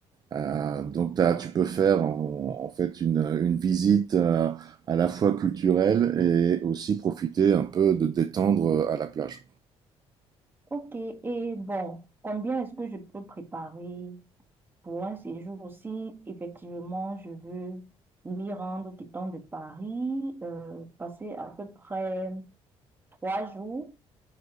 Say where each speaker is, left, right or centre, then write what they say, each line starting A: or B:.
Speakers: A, on the right (about 40°); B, on the right (about 20°).
A: Euh, donc t'as- tu peux faire en, en fait une, une visite euh, à la fois culturelle et aussi profiter un peu de détendre à la plage.
B: Ok, et bon, combien est-ce que je peux préparer pour un séjour si effectivement je veux m'y rendre quittant de Paris, euh, passer à peu près trois jours?